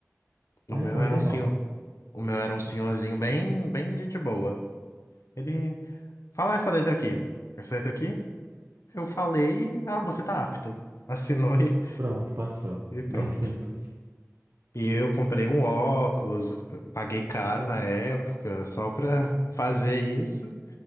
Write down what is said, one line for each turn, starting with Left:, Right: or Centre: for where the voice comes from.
Right: Aí
Left: o meu
Right: foi
Left: era
Right: normal.
Left: um senhor. O meu era um senhorzinho bem, bem gente boa. Ele. Fala essa letra aqui. Essa letra aqui, eu falei, ah, você tá apto. <laughs> Assinou e,
Right: Pronto, passou.
Left: e pronto.
Right: Bem simples.
Left: E eu comprei um óculos, paguei caro na época, só pra fazer isso.